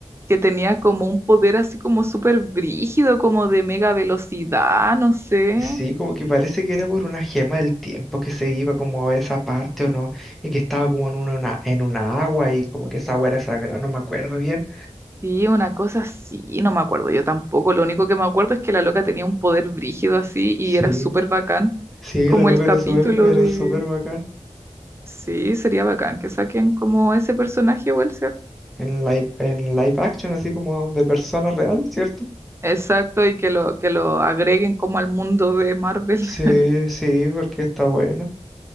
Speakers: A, on the right; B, in the centre.
A: que tenía como un poder así como súper brígido, como de mega velocidad, no sé?
B: Sí, como que parece que era por una gema del tiempo que se iba como a esa parte o no, y que estaba como en una, una- en una agua y como que esa agua era sagrada, no me acuerdo bien.
A: Sí, una cosa así, no me acuerdo yo tampoco. Lo único que me acuerdo es que la loca tenía un poder brígido así y
B: Sí,
A: era súper bacán,
B: sí,
A: como
B: la loca
A: el capítulo
B: era súper, era
A: de...
B: súper bacán.
A: Sí, sería bacán que saquen como ese personaje igual, ¿cierto?
B: En live, en live action, así como de persona real, ¿cierto?
A: Exacto, y que lo, que lo agreguen como al mundo de Marvel.
B: Sí,
A: <laughs>
B: sí, porque está buena.